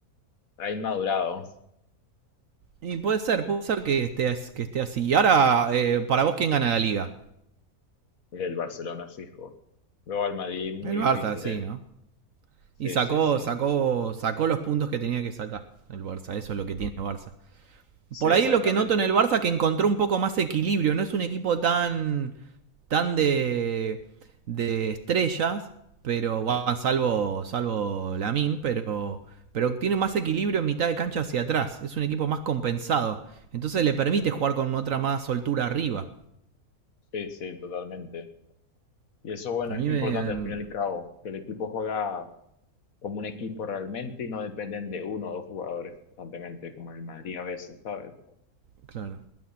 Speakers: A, on the left (about 65°); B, on the right (about 65°).
A: ha inmadurado.
B: Y puede ser, puede ser que esté, que esté así. Y ahora, eh, para vos, ¿quién gana la liga?
A: El Barcelona fijo. Luego al Madrid muy
B: El
A: difícil,
B: Barça, sí,
A: ¿eh?
B: ¿no? Y
A: Sí,
B: sacó,
A: sí, sí.
B: sacó, sacó los puntos que tenía que sacar el Barça. Eso es lo que tiene el Barça.
A: Sí,
B: Por ahí
A: exactamente.
B: lo que noto en el Barça que encontró un poco más equilibrio. No es un equipo tan tan de, de estrellas, pero bueno,
A: Ujú.
B: salvo, salvo Lamin, pero, pero tiene más equilibrio en mitad de cancha hacia atrás. Es un equipo más compensado. Entonces le permite jugar con otra más soltura arriba.
A: Sí, sí, totalmente. Y eso, bueno,
B: A mí
A: es importante
B: me... em,
A: al fin y al cabo, que el equipo juega como un equipo realmente y no dependen de uno o dos jugadores constantemente, como el Madrid a veces, ¿sabes?
B: claro.